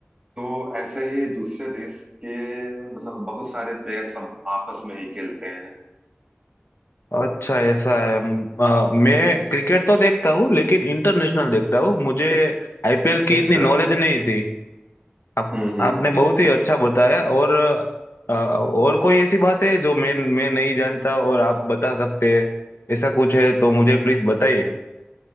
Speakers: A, on the right; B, on the left.
A: तो ऐसे ही दूसरे देश के मतलब बहुत सारे प्लेयर्स हम आपस में ही खेलते हैं
B: अच्छा ऐसा है म, अ, मैं क्रिकेट तो देखता हूँ लेकिन इंटरनेशनल देखता हूँ मुझे आईपीएल की
A: अच्छा
B: इतनी नॉलेज नहीं थी आप,
A: हम्म हम्म
B: आपने
A: हम्म
B: बहुत ही अच्छा बताया और अ, और कोई ऐसी बात है जो मैं मैं नहीं जानता और आप बता सकते हैं ऐसा कुछ है तो मुझे प्लीज बताइए